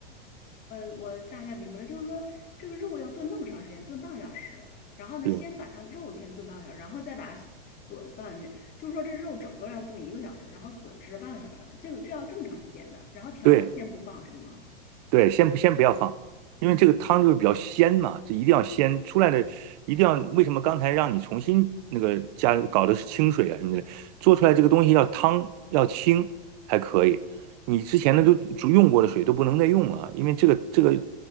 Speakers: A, on the left; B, on the right.
A: 呃，我大概明白了，就是说这个肉要炖那么长时间，炖半个小时，然后呢，
B: 对
A: 先把它们肉先炖半个小时，然后再把笋放进去，就是说这肉整个要炖一个小时，然后笋是半个小时，这个这要这么长时间的，然后调料先不放是吗？
B: 对，对，先不先不要放，因为这个汤就是比较鲜嘛，这一定要鲜出来的，一定要为什么刚才让你重新那个加搞的是清水啊什么的，做出来这个东西要汤要清才可以，你之前的都煮用过的水都不能再用了啊，因为这个这个